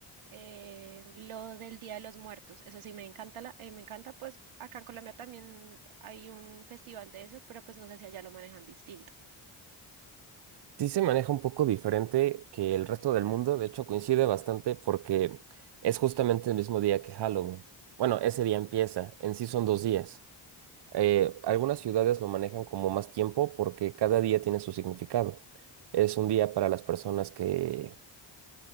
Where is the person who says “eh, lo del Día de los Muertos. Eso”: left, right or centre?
Right